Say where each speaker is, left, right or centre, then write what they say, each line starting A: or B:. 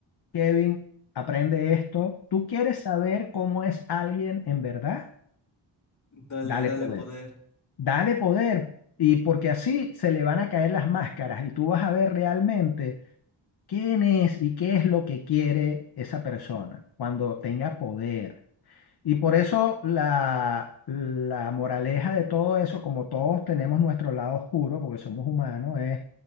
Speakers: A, on the left; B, on the left.
A: Kevin, aprende esto. ¿Tú quieres saber cómo es alguien en verdad?
B: Dale,
A: Dale
B: dale
A: poder.
B: poder.
A: Dale poder, y porque así se le van a caer las máscaras y tú vas a ver realmente quién es y qué es lo que quiere esa persona cuando tenga poder. Y por eso la, la moraleja de todo eso, como todos tenemos nuestro lado oscuro, porque somos humanos, es